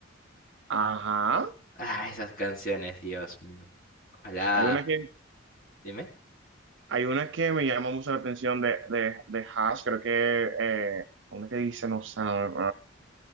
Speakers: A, on the right (about 65°); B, on the left (about 45°).
A: ajá.
B: Ah, esas canciones, Dios mío. Ojalá.
A: Hay una que,
B: Dime.
A: hay una que me llama mucho la atención de, de, de Hash, creo que eh, una que dice, no sé, no,